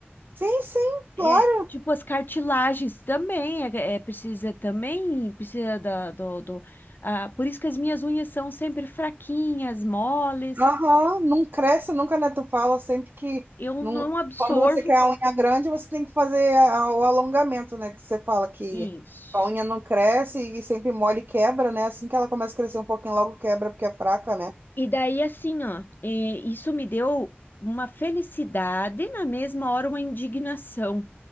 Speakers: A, on the right (about 50°); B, on the left (about 50°).
A: Sim, sim, claro.
B: É, tipo, as cartilagens também, é, é, precisa também, precisa da, do, do- ah, por isso que as minhas unhas são sempre fraquinhas, moles,
A: Aham, não cresce nunca, né? Tu fala sempre que
B: eu
A: não...
B: não absorvo
A: quando você quer a unha grande, você tem que fazer a- o alongamento, né? Que você fala que
B: isso.
A: a unha não cresce e sempre mole e quebra, né? Assim que ela começa a crescer um pouquinho, logo quebra porque é fraca, né?
B: E daí, assim, ó, é, isso me deu uma felicidade, e na mesma hora, uma indignação,